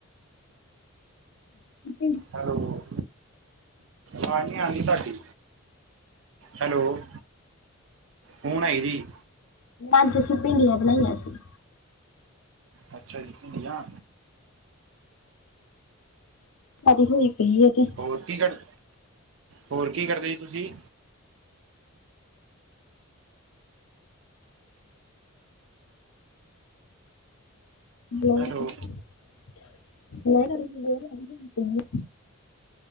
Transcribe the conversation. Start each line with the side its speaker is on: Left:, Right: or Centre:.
Left: ਹੈਲੋ।
Right: ਹੈਲੋ, ਆਵਾਜ ਨੀ ਆਂਦੀ ਤੁਆਡੀ। ਹੈਲੋ, ਹੁਣ ਆਈ ਜੀ।
Left: ਮੈ ਜਸੀਂ ਭਿੰਡੀਆਂ ਬਣਾਈਆਂ ਸੀ।
Right: ਅੱਛਾ ਜੀ ਭਿੰਡੀਆਂ।
Left: ਵਧੀ ਹੋਈ ਪਈ ਹੈ ਤੇ
Right: ਹੋਰ ਕੀ ਕਰ, ਹੋਰ ਕੀ ਕਰਦੇ ਸੀ ਤੁਸੀਂ।
Left: ਮ
Right: ਹੈਲੋ
Left: <unintelligible>